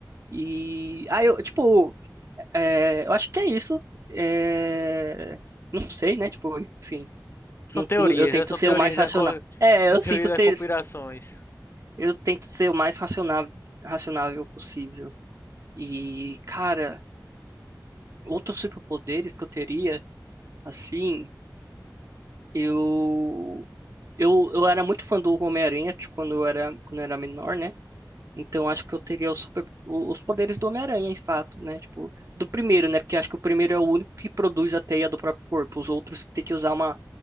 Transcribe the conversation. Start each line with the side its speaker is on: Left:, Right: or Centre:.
Right: E aí, eu, tipo, é, eu acho que é isso. É, não sei, né? Tipo, enfim,
Left: São
Right: não-
Left: teorias,
Right: não- eu tento
Left: né? São
Right: ser
Left: teorias
Right: o mais racional.
Left: da, co-
Right: É,
Left: são
Right: eu
Left: teorias
Right: sinto ter,
Left: das conspirações.
Right: Eu tento ser o mais racional, racionável possível. E, cara, outros superpoderes que eu teria, assim, eu eu, eu era muito fã do Homem-Aranha tipo, quando eu era quando eu era menor, né? Então acho que eu teria os, super, o- os poderes do Homem-Aranha, em fato, né? Tipo, do primeiro, né? Porque acho que o primeiro é o único que produz a teia do próprio corpo. Os outros têm que usar uma